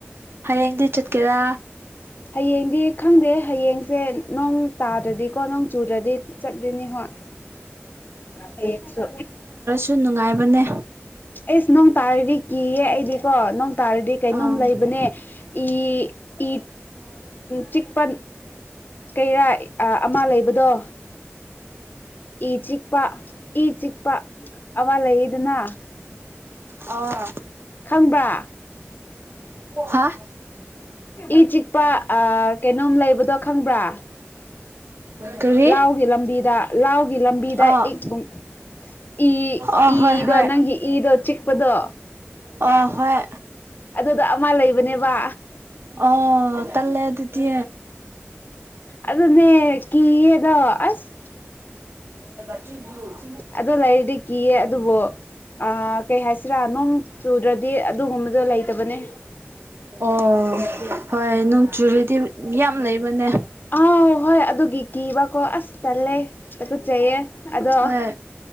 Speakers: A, on the right; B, on the left.
A: ꯍꯌꯦꯡꯗꯤ ꯆꯠꯀꯦꯔꯥ
B: ꯍꯌꯦꯡꯗꯤ ꯈꯪꯗꯦ ꯍꯌꯦꯡꯁꯦ ꯅꯣꯡ ꯇꯥꯗ꯭ꯔꯗꯤꯀꯣ ꯅꯣꯡ ꯆꯨꯗ꯭ꯔꯗꯤ ꯆꯠꯂꯥꯅꯤ ꯍꯣꯏ ꯍꯌꯦꯡꯁꯨ
A: ꯗꯨ ꯅꯨꯡꯉꯥꯏꯕꯅꯦ
B: ꯏꯁ ꯅꯣꯡ ꯇꯥꯔꯤꯗꯤ ꯀꯤꯌꯦ ꯑꯩꯗꯤꯀꯣ ꯅꯣꯡ ꯇꯥꯔꯗꯤ ꯀꯩꯅꯣꯝ
A: ꯑꯥ
B: ꯂꯩꯕꯅꯦ ꯏ ꯏ ꯆꯤꯛꯄꯟ ꯀꯩꯔꯥ ꯑꯃ ꯂꯩꯕꯗꯣ ꯏ ꯆꯤꯛꯄ ꯏ ꯆꯤꯛꯄ ꯑꯃꯥ ꯂꯩꯌꯦꯗꯅ
A: ꯑꯣ
B: ꯈꯪꯕ꯭ꯔꯥ
A: ꯍꯥ
B: ꯏ ꯆꯤꯛꯄ ꯑ ꯀꯩꯅꯣꯝ ꯂꯩꯕꯗꯣ ꯈꯪꯕ꯭ꯔꯥ
A: ꯀꯔꯤ
B: ꯂꯥꯎꯒꯤ ꯂꯝꯕꯤꯗ ꯂꯥꯎꯒꯤ ꯂꯝꯕꯤꯗ
A: ꯑꯣ
B: ꯏꯛꯒꯨꯝ ꯏ
A: ꯑꯣ ꯍꯣꯏ
B: ꯏꯗꯣ
A: ꯍꯣꯏ
B: ꯅꯪꯒꯤ ꯏꯗꯣ ꯆꯤꯛꯄꯗꯣ
A: ꯑꯣ ꯍꯣꯏ
B: ꯑꯗꯨꯗ ꯑꯃ ꯂꯩꯕꯅꯦꯕ
A: ꯑꯣ ꯇꯜꯂꯦ ꯑꯗꯨꯗꯤ
B: ꯑꯗꯨꯅꯦ ꯀꯤꯌꯦꯗꯣ ꯑꯁ
A: ꯨ <unintelligible>
B: ꯑꯗꯨ ꯂꯩꯔꯗꯤ ꯀꯤꯌꯦ ꯑꯗꯨꯕꯨ ꯑꯥ ꯀꯩ ꯍꯥꯏꯁꯤꯔꯥ ꯅꯣꯡ ꯆꯨꯗ꯭ꯔꯗꯤ ꯑꯗꯨꯒꯨꯝꯕꯗꯣ ꯂꯩꯇꯕꯅꯦ
A: ꯑꯣ ꯍꯣꯏ ꯅꯣꯡꯆꯨꯔꯗꯤ ꯌꯥꯝ ꯂꯩꯕꯅꯦ
B: ꯑꯥꯎ ꯍꯣꯏ ꯑꯗꯨꯒꯤ ꯀꯤꯕꯀꯣ ꯑꯁ ꯇꯜꯂꯦ ꯇꯀꯠꯆꯩꯌꯦ ꯑꯗꯣ
A: ꯍꯣꯏ